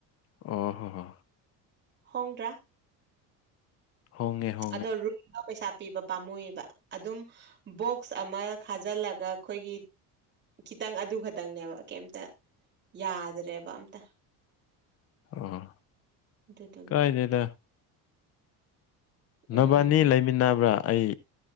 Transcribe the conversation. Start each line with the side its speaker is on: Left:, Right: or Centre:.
Left: ꯑꯣ ꯍꯣ ꯍꯣ
Right: ꯍꯣꯡꯗ꯭ꯔ
Left: ꯍꯣꯡꯉꯦ ꯍꯣꯡ
Right: ꯑꯗꯣ ꯔꯨꯝ <unintelligible> ꯄꯩꯁꯥ ꯄꯤꯕ ꯄꯥꯝꯃꯨꯏꯕ ꯑꯗꯨꯝ ꯕꯣꯛꯁ ꯑꯃ ꯈꯥꯖꯜꯂꯒ ꯈꯣꯏꯒꯤ ꯈꯤꯇꯪ ꯑꯗꯨ ꯈꯛꯇꯪꯅꯦꯕ ꯀꯩꯝꯇ ꯌꯥꯗ꯭ꯔꯦꯕ ꯑꯝꯇ
Left: ꯑꯣ
Right: ꯑꯗꯨꯗꯨꯒꯤ
Left: ꯀꯥꯏꯗꯦꯗ
Right: ꯎꯝ
Left: ꯅꯕꯥꯟꯅꯤ ꯂꯩꯃꯤꯟꯅꯕ꯭ꯔ ꯑꯩ